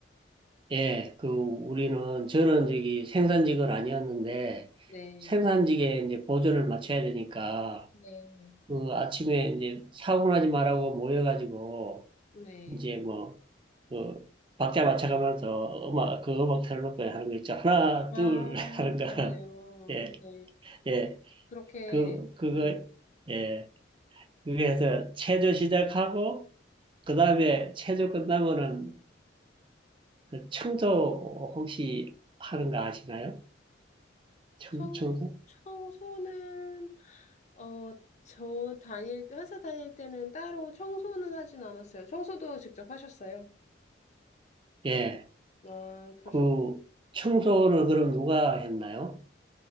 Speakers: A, on the right (about 25°); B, on the left (about 35°).
A: 예, 그, 우리는, 저는 저기 생산직은 아니었는데,
B: 네.
A: 생산직에 이제 보조를 맞춰야 되니까,
B: 네.
A: 그 아침에 이제 사고 나지 말라고 모여가지고,
B: 네.
A: 이제 뭐, 그 박자 맞춰가면서 음악 그 음악 틀어놓고 하는 거 있죠. 하나 둘
B: 아,
A: <laughs> 하는 거.
B: 정말요.
A: 예,
B: 네.
A: 예.
B: 그렇게,
A: 그 그거
B: 음,
A: 예. 그게 해서 체조 시작하고 그다음에
B: 네.
A: 체조 끝나면은 그 청소 혹시 하는 거 아시나요? 청,
B: 청소,
A: 청소?
B: 청소는, 어, 저 다닐 때, 회사 다닐 때는 따로 청소는 하진 않았어요. 청소도 직접 하셨어요?
A: 예.
B: 아, 그러셨군요.
A: 그 청소는 그럼 누가 했나요?